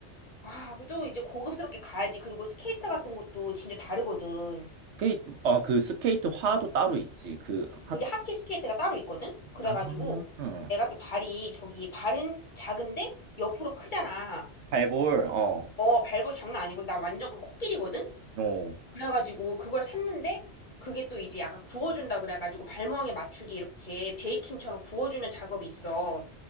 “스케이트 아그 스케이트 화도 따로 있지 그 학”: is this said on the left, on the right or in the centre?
Right